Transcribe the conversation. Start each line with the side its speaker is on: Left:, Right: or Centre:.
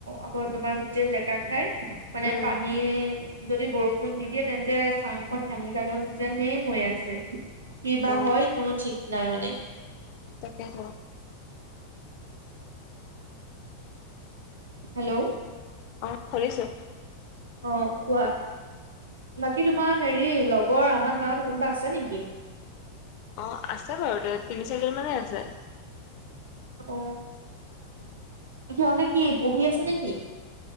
Right: আকৌ তোমাৰ গোটেই জেকা খাই মানে
Left: উম
Right: পানীৰ। যদি বৰষুণ দি দিয়ে তেন্তে চাংখন ভাঙি যাব যেনে হৈ আছে। কি বা
Left: অ
Right: হয় কোনো ঠিক নাই মানে।
Left: তাকে ক।
Right: হেল্ল'।
Left: অ শুনিছোঁ।
Right: অ কোৱা, বাকী তোমাৰ হেৰি লগৰ আমাৰ গাঁৱত কোনোবা আছে নেকি।
Left: অ আছে বাৰু তে তিনি চাৰিজন মানে আছে।
Right: অ, সিহঁতে কি পঢ়ি আছে নে কি।